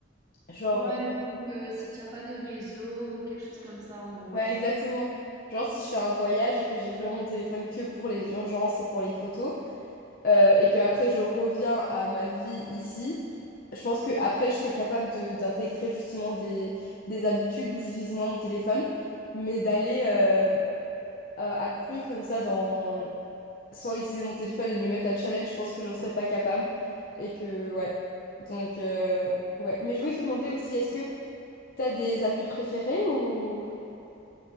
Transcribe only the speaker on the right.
Ouais,
donc euh, si tu n'as pas de réseau ou quelque chose comme ça, en gros.